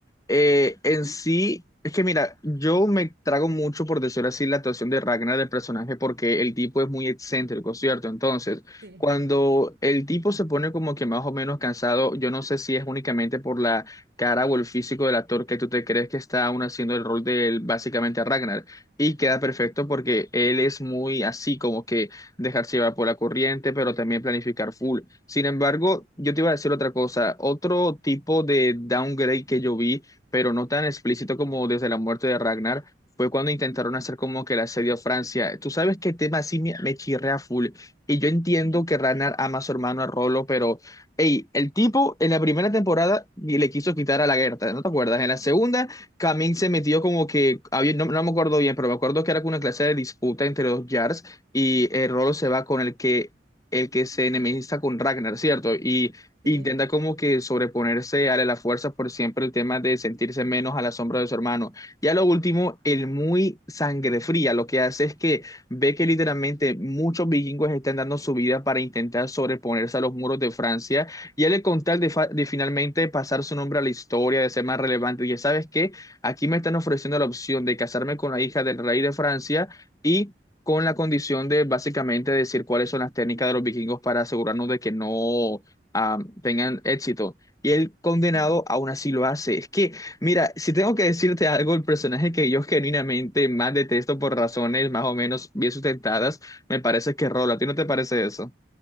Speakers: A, on the left; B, on the right.
A: eh, en sí, es que mira, yo me trago mucho, por decirlo así, la actuación de Ragnar del personaje, porque el tipo es muy excéntrico, ¿cierto? Entonces,
B: Sí,
A: cuando el tipo se pone como que más o menos cansado, yo no sé si es únicamente por la cara o el físico del actor que tú te crees que está aún haciendo el rol de él, básicamente a Ragnar, y queda perfecto porque él es muy así, como que dejarse llevar por la corriente, pero también planificar full. Sin embargo, yo te iba a decir otra cosa, otro tipo de downgrade que yo vi, pero no tan explícito como desde la muerte de Ragnar. Fue cuando intentaron hacer como que el asedio a Francia. Tú sabes qué tema así me, me chirrea full. Y yo entiendo
B: Ujú.
A: que Ragnar ama a su hermano a Rolo, pero Ey, el tipo en la primera temporada y le quiso quitar a la Gerta, ¿no te acuerdas? En la segunda, Camin se
B: sí,
A: metió como que, había- no, no me acuerdo bien, pero me acuerdo que era como una clase de disputa entre los Jarls y eh, Rolo se va con el que, el que se enemista con Ragnar, ¿cierto? Y
B: sí.
A: intenta como que sobreponerse a la fuerza por siempre el tema de sentirse menos a la sombra de su hermano. Y a lo último, el muy sangre fría lo que hace es que ve que literalmente muchos vikingos están dando su vida para intentar sobreponerse a los muros de Francia y él con tal de, fa- de finalmente pasar su nombre a la historia, de ser más relevante, y ya sabes que aquí me están ofreciendo la opción de casarme con la hija del rey de Francia y con la condición de básicamente decir cuáles son las técnicas de los vikingos para asegurarnos de que no ah, tengan éxito. Y el condenado
B: Mm.
A: aún así lo hace. Es que, mira, si tengo que decirte algo, el personaje que yo genuinamente más detesto por razones más o menos bien sustentadas, me parece que es Rolo. ¿A ti no te parece eso?